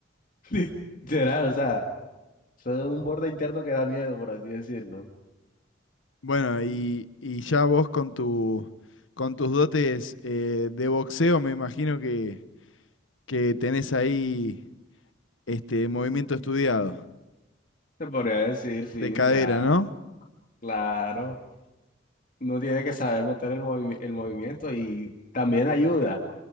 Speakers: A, on the left; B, on the left.
A: <laughs> Literal, o sea, soy un borde interno que da miedo, por así decirlo.
B: Bueno, y, y ya vos con tu, con tus dotes eh, de boxeo, me imagino que, que tenés ahí este movimiento estudiado
A: Se podría decir, sí,
B: de cadera,
A: o sea,
B: ¿no?
A: claro, uno tiene que saber meter el movi el movimiento y también ayuda. O